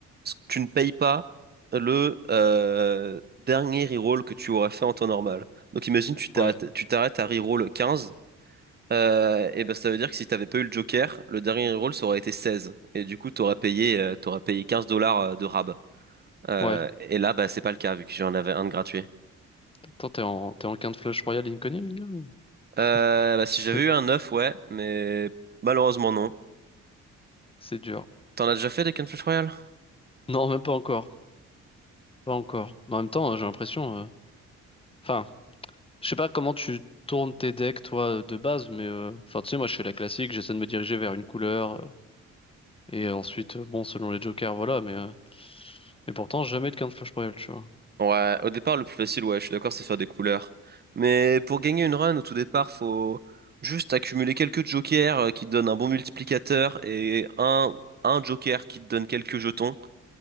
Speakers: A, on the right (about 35°); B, on the left (about 20°).
A: tu ne payes pas le euh, dernier reroll que tu aurais fait en temps normal. Donc imagine, tu t'arrêtes,
B: Ouais,
A: tu t'arrêtes à reroll 15, euh, et ben ça veut dire que si t'avais pas eu le Joker, le dernier reroll ça aurait été 16. Et du coup, t'aurais payé, euh, t'aurais payé 15 dollars euh, de rab. Euh,
B: ouais.
A: et là, bah, c'est pas le cas, vu que j'en avais un de gratuit.
B: Attends, t'es en, t'es en quinte flush royale incoming là ou-
A: Euh,
B: <laughs>
A: bah, si
B: C'est
A: j'avais eu un 9 ouais, mais malheureusement non.
B: c'est dur.
A: T'en as déjà fait des Cannes Flash Royale?
B: Non, même pas encore. Pas encore. Mais en même temps, j'ai l'impression. euh, Enfin, je sais pas comment tu tournes tes decks, toi, de base, mais euh, enfin, tu sais, moi, je fais la classique, j'essaie de me diriger vers une couleur, euh, et ensuite, euh, bon, selon les jokers, voilà, mais, euh, mais pourtant, jamais de de flash royale tu vois.
A: Ouais, au départ, le plus facile, ouais, je suis d'accord, c'est faire des couleurs. Mais pour gagner une run, au tout départ, faut juste accumuler quelques jokers euh, qui te donnent un bon multiplicateur et un, un joker qui te donne quelques jetons.